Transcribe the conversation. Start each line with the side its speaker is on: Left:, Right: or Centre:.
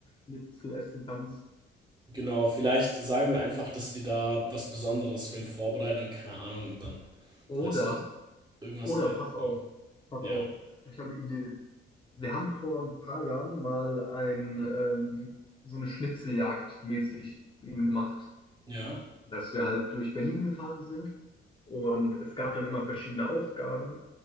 Left: Schnitzel essen kannst.
Right: genau, vielleicht sagen wir einfach, dass wir da was Besonderes für ihn vorbereiten, keine Ahnung, und dann
Left: Oder,
Right: lassen wir uns irgendwas
Left: oder,
Right: einfallen.
Left: pass auf, pass
Right: Ja,
Left: auf, ich habe eine Idee. Wir haben vor ein paar Jahren mal ein, ähm, so eine Schnitzeljagd mäßig für ihn gemacht,
Right: ja.
Left: dass wir halt durch Berlin gefahren sind und es gab dann immer verschiedene Aufgaben,